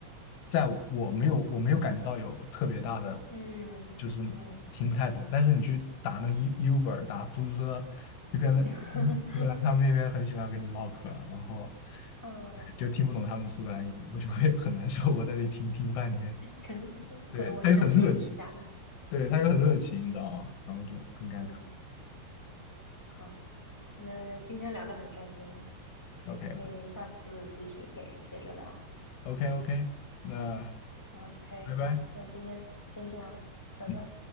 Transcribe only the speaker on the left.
在我没有我没有感觉到有特别大的，
就是听不太懂。但是你去打那 U- Uber 打出租车，就跟那
苏格兰他们那边很喜欢跟你唠嗑儿然后
就听不懂他们苏格兰语，我就会很难受。我在那里听听半天，
对，他又很热情，对，他又很热情，你知道吗？然后就很尴尬。
OK OK，
OK OK，那
拜拜。
嗯。